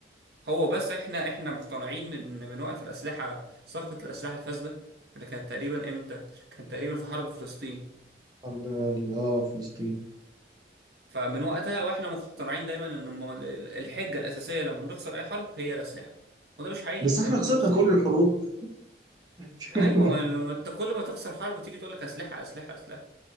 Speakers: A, on the right; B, on the right.
A: هو بس احنا احنا مقتنعين من من وقت الأسلحة صفقة الأسلحة الفاسدة اللي كانت تقريبا امتى؟ كان تقريبا في حرب فلسطين
B: حرب ال- اه فلسطين
A: فمن وقتها واحنا مقتنعين دايما ان الم- الحجه الاساسيه لما نخسر اي حرب هي الاسلحه وده مش حقيقي
B: بس احنا
A: ده مش
B: خسرنا
A: ده مش صحيح
B: كل الحروب <laughs>
A: ايوه ما انت كل ما تخسر حرب تيجي تقول لك اسلحه اسلحه اسلحه